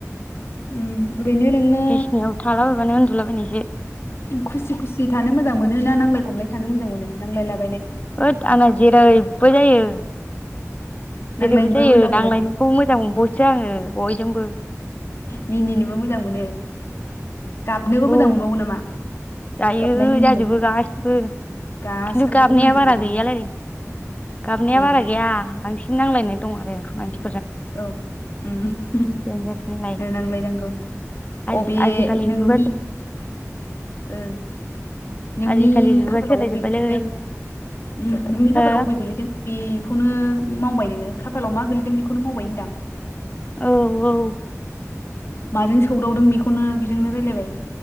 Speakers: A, on the left; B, on the left.
A: ओम ओरैनो नोङो
B: बिसिनायाव थालाबायबानो उन्दुलाबायनायसो
A: खुसि खुसि थानो मोजां मोनो ना नांलाय खमलाय थानो मोजां मोनो नांलायला
B: होद आंना जेरैबो जायो जेरैबो
A: नांलायनोबो
B: जायो
A: मोजां
B: नांलायनायखौ
A: मोनो
B: मोजां मोनबावसो आङो बयजोंबो
A: मिनिनोबो मोजां मोनो। गाबनोबो
B: औ
A: मोजां मोनबावो नामा?
B: जायो
A: गाबनाय मिनिनाय
B: जाजोबो गासिबो
A: गासिखौबो
B: खिन्थु गाबनाया
A: गनायजोबो
B: बारा
A: नामा
B: गैयालै। गाबनाया
A: ए
B: बारा गैया बांसिन नांलायनाय दं आरो मानसि
A: औ उम्म
B: लेंगासिनोलाय
A: नांलाय नांगौ।
B: आजि
A: अबे
B: आजिखालि
A: नोंनि
B: जुगा
A: ओ नोंनि
B: आजिखालि जुगा
A: खाफालाव
B: सोलायजोब्बायलै
A: अबे गोलैदों? उम्म नोंनि खाफालाव
B: हो
A: अबे गोलैगोन बेखौनो माव मावबाय नोङो खाफालाव मा गोलैदों बेखौनो मावबाय होनदो आं।
B: औ औ।
A: माजों सौदावदों बेखौनो बिजोंनो रायलायबाय।